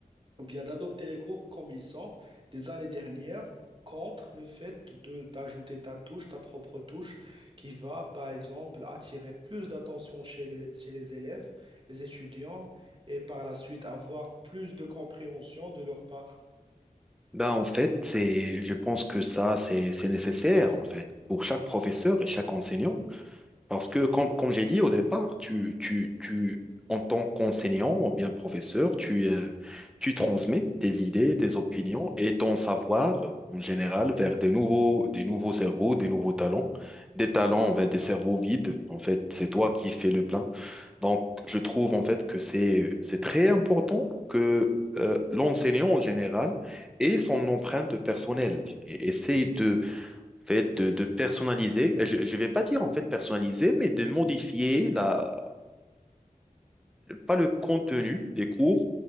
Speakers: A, on the right (about 35°); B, in the centre.
A: ou bien d'adopter les cours comme ils sont des années dernières contre le fait de d'ajouter ta touche, ta propre touche, qui va, par exemple, attirer plus d'attention chez les, chez les élèves, les étudiants, et par la suite avoir plus de compréhension de leur part.
B: Là, en fait, c'est, je pense que ça, c'est, c'est nécessaire, en fait, pour chaque professeur et chaque enseignant. Parce que, comme, comme j'ai dit au départ, tu, tu, tu, en tant qu'enseignant ou bien professeur, tu, euh, tu transmets tes idées, tes opinions et ton savoir en général vers des nouveaux, des nouveaux cerveaux, des nouveaux talents, des talents vers des cerveaux vides. En fait, c'est toi qui fais le plein. Donc, je trouve en fait que c'est, c'est très important que euh, l'enseignant en général ait son empreinte personnelle et essaye de fait, de, de personnaliser, je ne vais pas dire en fait personnaliser, mais de modifier la, pas le contenu des cours,